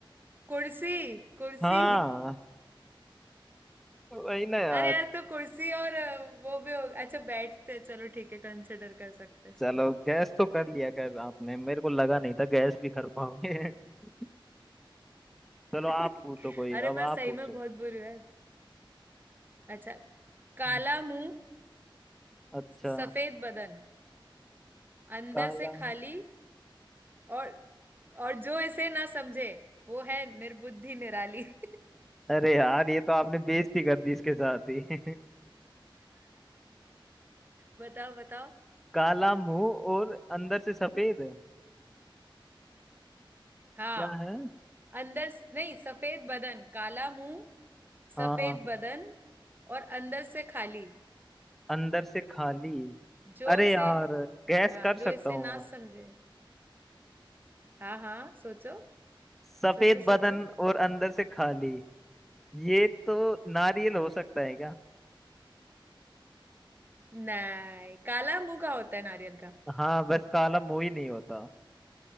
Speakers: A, on the right (about 20°); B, in the centre.
A: कुर्सी कुर्सी
B: हाँ वही ना यार
A: अरे यार तो कुर्सी और अ, वो भी हो अच्छा बैठते हैं चलो ठीक है कंसिडर कर सकते हैं इसको
B: चलो गैस तो कर लिया खैर आपने मेरे को लगा नहीं था गैस भी कर पाओगे <laughs> चलो
A: <laughs>
B: आप पूछो कोई
A: अरे
B: अब
A: मैं
B: आप
A: सही
B: पूछो
A: में बहुत बुरी हूँ यार अच्छा काला
B: हाँ
A: मुंह
B: अच्छा
A: सफेद बदन अंदर
B: काला
A: से खाली और और जो इसे ना समझे वो है निर्बुद्धि निराली <laughs>
B: अरे यार ये तो आपने बेइज्जती कर दी इसके साथ ही <laughs>
A: बताओ बताओ
B: काला मुंह और अंदर से सफेद
A: हाँ
B: क्या है
A: अंदर स- नहीं सफेद बदन काला मुंह सफेद
B: हाँ
A: बदन और अंदर से खाली
B: अंदर से खाली
A: जो
B: अरे
A: इसे
B: यार गैस
A: हाँ
B: कर सकता
A: जो इसे
B: हूँ
A: ना
B: मैं
A: समझे हाँ हाँ सोचो
B: सफेद
A: सोचो
B: बदन
A: सोचो
B: और अंदर से खाली ये तो नारियल हो सकता है क्या
A: नहीं काला मुंह का होता है नारियल का
B: हाँ बस काला मुंह ही नहीं होता